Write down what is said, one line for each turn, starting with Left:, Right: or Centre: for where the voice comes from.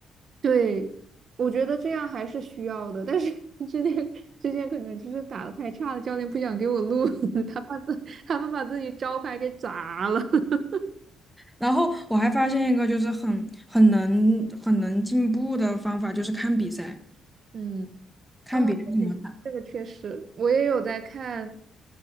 Right: 对，我觉得这样还是需要的，但是 <laughs> 之前之前可能就是打的太差了，教练不想给我录，<laughs> 他怕自他怕把自己招牌给砸了。<laughs>
Centre: 然后我还发现一个就是很很能很能进步的方法，就是看比赛，
Right: 嗯，
Centre: 看别人怎么打。
Right: 哦，这个确实，我也有在看，